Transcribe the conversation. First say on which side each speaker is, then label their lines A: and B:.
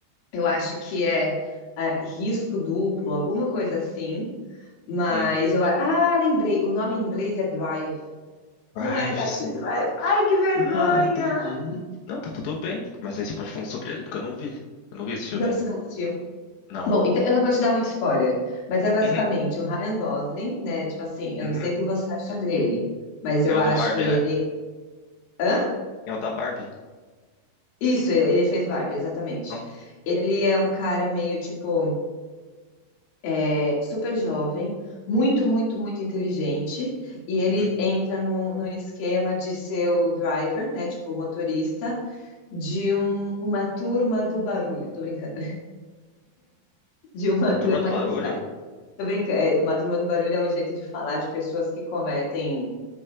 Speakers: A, on the left (about 60°); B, on the left (about 85°).
A: Eu acho que é, é, Risco Duplo, alguma coisa assim, mas
B: Hum.
A: eu, a- ah, lembrei, o nome em inglês é Drive.
B: Vai,
A: Não é Taxi
B: você.
A: Driver. Ai, que vergonha!
B: Ah, entendi. Não, tá tudo bem. Mas aí você pode falar sobre ele, porque eu não vi. Eu não vi esse filme.
A: Não, você não assistiu.
B: Não.
A: Bom, então eu não vou te dar muito spoiler, mas é basicamente
B: Uhum,
A: o Ryan Gosling, né? Tipo assim, eu
B: uhum.
A: não sei o que você acha dele, mas
B: É
A: eu
B: o
A: acho
B: do Barbie,
A: ele.
B: né?
A: Hã?
B: É o da Barbie.
A: Isso, ele ele fez Barbie, exatamente.
B: Ah,
A: Ele é um cara meio tipo é, super jovem, muito, muito, muito inteligente, e ele
B: uhum.
A: entra num, num esquema de ser o driver, né? Tipo, o motorista de um- uma turma do barulho. Tô brincando. de uma
B: Uma turma
A: <laughs> turma
B: do barulho?
A: que faz. Tô brincando, é, uma turma do barulho é um jeito de falar de pessoas que cometem